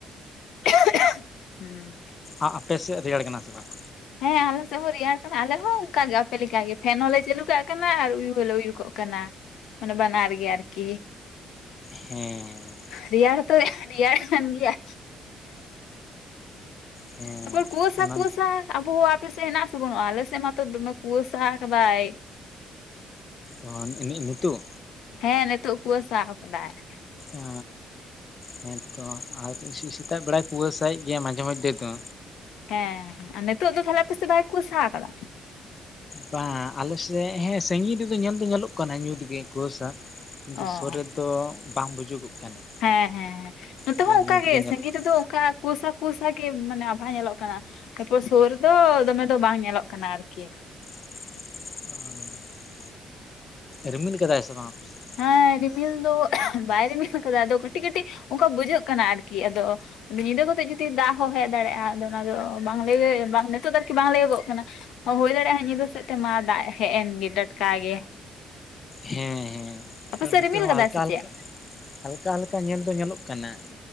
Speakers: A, on the left; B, on the left.
A: <unintelligible> ᱦᱩᱸ
B: ᱟ-ᱟᱯᱮ ᱥᱮᱫ ᱨᱮᱭᱟᱲ ᱠᱟᱱᱟ ᱥᱮ ᱵᱟᱝ?
A: ᱦᱮᱸ ᱟᱞᱮ ᱥᱮ ᱦᱚᱸ ᱨᱮᱭᱟᱲ ᱠᱟᱱᱟ ᱟᱞᱮ ᱦᱚᱸ ᱚᱝᱠᱟᱜ ᱜᱮ ᱟᱯᱮ ᱞᱮᱠᱟ ᱜᱮ, ᱯᱷᱮᱱ ᱦᱚᱸᱞᱮ ᱪᱟᱹᱞᱩ ᱠᱟᱜ ᱠᱟᱱᱟ, ᱟᱨ ᱩᱭᱩ ᱦᱚᱞᱮ ᱩᱭᱩ ᱠᱚᱜ ᱠᱟᱱᱟ᱾ ᱠᱟᱱᱟ, ᱢᱟᱱᱮ ᱵᱟᱱᱟᱨ ᱜᱮ ᱟᱨᱠᱤ᱾
B: ᱦᱮᱸ
A: ᱨᱮᱭᱟᱲ ᱦᱚᱛᱚ ᱨᱮᱭᱟᱲ ᱠᱟᱱ ᱜᱮᱭᱟ᱾
B: ᱦᱮᱸ
A: ᱛᱟᱯᱚᱨ ᱠᱩᱣᱟᱹᱥᱟ-ᱠᱩᱣᱟᱹᱥᱟ
B: ᱚᱱᱟ
A: ᱟᱵᱚᱦᱟᱣᱟ ᱟᱯᱮᱥᱮᱜ ᱦᱮᱱᱟᱜ ᱥᱮ ᱵᱟᱹᱱᱩᱜᱼᱟ ᱟᱞᱮ ᱥᱮᱜ ᱢᱟᱛᱚ ᱫᱚᱢᱮ ᱠᱩᱣᱟᱹᱥᱟ ᱠᱟᱫᱟᱭ᱾
B: ᱚ ᱱᱤ-ᱱᱤᱛᱳᱜ?
A: ᱦᱮᱸ ᱱᱤᱛᱚᱜ ᱠᱩᱣᱟᱹᱥᱟᱣ ᱠᱟᱫᱟᱭ᱾
B: ᱚ ᱦᱮᱸᱛᱚ ᱟᱨ ᱥᱮᱛᱟᱜ ᱵᱮᱲᱟᱭ ᱠᱩᱣᱟᱹᱥᱟᱭᱮᱫ ᱜᱮᱭᱟ ᱢᱟᱡᱷᱮ ᱢᱚᱫᱽᱫᱷᱮ ᱫᱚ᱾
A: ᱦᱮᱸ ᱟᱨ ᱱᱤᱛᱚᱜ ᱫᱚ ᱛᱟᱦᱚᱞᱮ ᱟᱯᱮᱥᱮᱜ ᱵᱟᱭ ᱠᱩᱣᱟᱹᱥᱟ ᱠᱟᱫᱟ?
B: ᱵᱟᱝ ᱟᱞᱮ ᱥᱮᱜ ᱦᱮᱸ ᱥᱟᱺᱜᱤᱧ ᱨᱮᱫᱚ ᱧᱮᱞ ᱫᱚ ᱧᱮᱞᱚᱜ ᱠᱟᱱᱟ ᱧᱩᱛᱜᱮ ᱠᱩᱣᱟᱹᱥᱟ᱾
A: ᱚ
B: ᱫᱩ ᱥᱳᱨ ᱨᱮᱫᱚ, ᱵᱟᱝ ᱵᱩᱡᱩᱜᱚᱜ ᱠᱟᱱᱟ᱾
A: ᱦᱮᱸ ᱦᱮᱸ ᱦᱮᱸ ᱱᱚᱛᱮ
B: ᱯᱩᱨᱟᱹ
A: ᱦᱚᱸ
B: ᱧᱩᱛ
A: ᱚᱝᱠᱟ ᱜᱮ
B: ᱧᱮᱞᱚᱜ
A: ᱥᱟᱺᱜᱤᱧ
B: ᱠᱟᱱᱟ
A: ᱨᱮᱫᱚ ᱚᱝᱠᱟ ᱠᱩᱣᱟᱹᱥᱟ ᱠᱩᱣᱟᱹᱥᱟ ᱜᱮ ᱢᱟᱱᱮ ᱟᱵᱷᱟᱣᱟ ᱧᱮᱞᱚᱜ ᱠᱟᱱᱟ᱾ ᱛᱟᱯᱚᱨ ᱥᱳᱨ ᱨᱮ ᱫᱚ, ᱫᱚᱢᱮ ᱫᱚ ᱵᱟᱝ ᱧᱮᱞᱚᱜ ᱠᱟᱱᱟ ᱟᱨ ᱠᱤ᱾
B: ᱚ ᱨᱤᱢᱤᱞ ᱠᱟᱫᱟᱭ ᱥᱮ ᱵᱟᱝ ᱟᱯᱮ ᱥᱮᱜ?
A: ᱦᱮᱸ ᱨᱤᱢᱤᱞ ᱫᱚ ᱵᱟᱭ ᱨᱤᱢᱤᱞ ᱠᱟᱫᱟ ᱟᱫᱚ ᱠᱟᱹᱴᱤᱜ ᱠᱟᱹᱴᱤᱜ ᱚᱱᱠᱟ ᱵᱩᱡᱷᱟᱹᱜ ᱠᱟᱱᱟ ᱟᱨ ᱠᱤ ᱟᱫᱚ᱾ ᱟᱫᱚ ᱧᱤᱫᱟᱹ ᱠᱟᱛᱮ ᱡᱩᱫᱤ ᱫᱟᱜ ᱦᱚᱸ ᱦᱮᱡ ᱫᱟᱲᱮᱜᱟ ᱟᱫᱚ ᱚᱱᱟ ᱫᱚ ᱵᱟᱝ ᱞᱟᱹᱭ ᱱᱤᱛᱚᱜ ᱫᱚ ᱟᱨᱠᱤ ᱵᱟᱝ ᱞᱟᱹᱭᱟᱹ ᱜᱚᱜ ᱠᱟᱱᱟ᱾ ᱦᱳ ᱫᱟᱲᱮᱜᱟ ᱦᱟᱸᱜ ᱧᱤᱫᱟᱹ ᱥᱮᱫ ᱛᱮ ᱢᱟ ᱫᱟᱜ ᱦᱮᱡ ᱮᱱ ᱜᱮ ᱴᱟᱴᱠᱟ ᱜᱮ᱾
B: ᱦᱮᱸ
A: ᱟᱯᱮᱥᱮᱫ
B: ᱦᱮᱸ ᱱᱚᱛᱮ
A: ᱨᱤᱢᱤᱞ
B: ᱦᱚᱸ
A: ᱠᱟᱫᱟᱭ
B: ᱦᱟᱞᱠᱟ
A: ᱥᱮ
B: ᱦᱟᱞᱠᱟ᱾
A: ᱪᱮᱫ
B: ᱦᱟᱞᱠᱟ ᱦᱟᱞᱠᱟ ᱧᱮᱞ ᱫᱚ ᱧᱮᱞᱚᱜ ᱠᱟᱱᱟ,